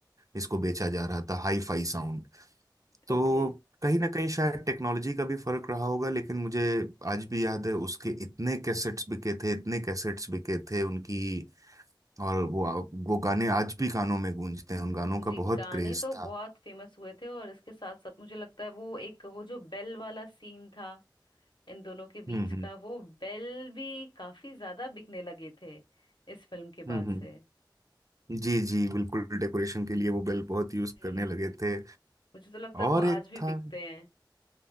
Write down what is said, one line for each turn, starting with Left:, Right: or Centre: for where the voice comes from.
Right: इसको बेचा जा रहा था हाई फाई साउंड तो
Left: ओके
Right: कहीं ना कहीं शायद टेक्नोलॉजी का भी फर्क रहा होगा लेकिन मुझे आज भी याद है उसके इतने कैसेट्स बिके थे इतने कैसेट्स बिके थे उनकी और वो वो गाने आज भी कानों में गूंजते हैं उन गानों का
Left: जी
Right: बहुत
Left: गाने
Right: क्रेज
Left: तो
Right: था
Left: बहुत फेमस हुए थे और इसके साथ साथ मुझे लगता है वो एक वो जो बेल वाला सीन था इन दोनों के
Right: हम्म
Left: बीच
Right: हम्म
Left: का वो बेल भी काफी ज्यादा बिकने लगे थे इस फिल्म के
Right: हम्म
Left: बाद
Right: हम्म।
Left: से
Right: जी जी बिल्कुल डेकोरेशन के लिए वो बेल बहुत यूज
Left: जी
Right: करने लगे थे
Left: मुझे तो लगता है
Right: और
Left: वो
Right: एक
Left: आज भी
Right: था
Left: बिकते हैं